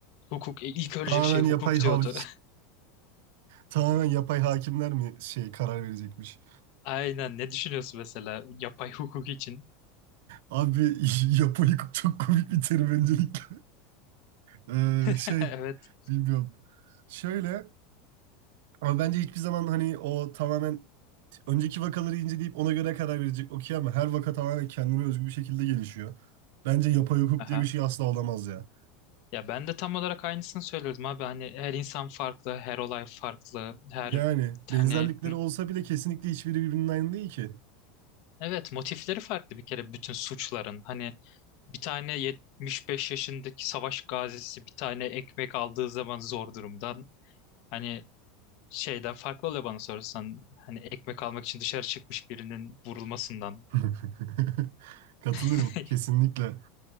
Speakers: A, on the left (about 60°); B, on the right (about 75°).
A: Hukuk e, ilk ölecek
B: Tamamen
A: şey hukuk
B: yapay hav
A: diyordu. <laughs>
B: tamamen yapay hakimler mi şey karar verecekmiş?
A: Aynen ne düşünüyorsun mesela yapay hukuk için?
B: Abi <laughs> yapayı çok komik bir terim öncelikle. Ee,
A: <laughs>
B: şey
A: Evet.
B: bilmiyorum. Şöyle ama bence hiçbir zaman hani o tamamen önceki vakaları inceleyip ona göre karar verecek okey ama her vaka tamamen kendine özgü bir şekilde gelişiyor. Bence yapay hukuk
A: Aha.
B: diye bir şey asla olamaz ya.
A: Ya ben de tam olarak aynısını söylüyordum abi. Hani her insan farklı, her olay farklı, her
B: Yani benzerlikleri
A: hani
B: olsa bile kesinlikle hiçbiri birbirinden aynı değil ki.
A: Evet, motifleri farklı bir kere bütün suçların. Hani bir tane 75 yaşındaki savaş gazisi bir tane ekmek aldığı zaman zor durumdan. Hani şeyden farklı oluyor bana sorarsan. Hani ekmek almak için dışarı çıkmış birinin vurulmasından.
B: <laughs> Katılırım
A: <laughs>
B: kesinlikle.